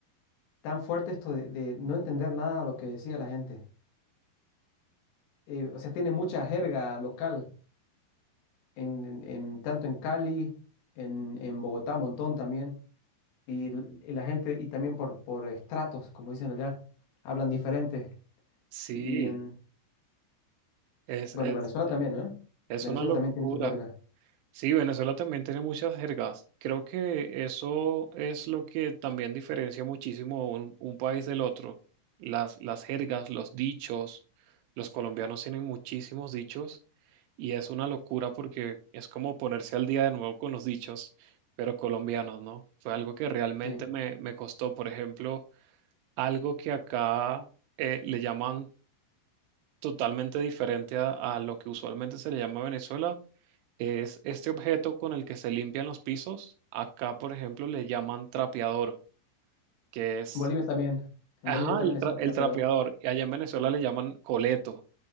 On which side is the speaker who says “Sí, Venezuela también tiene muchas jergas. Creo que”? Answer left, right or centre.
Right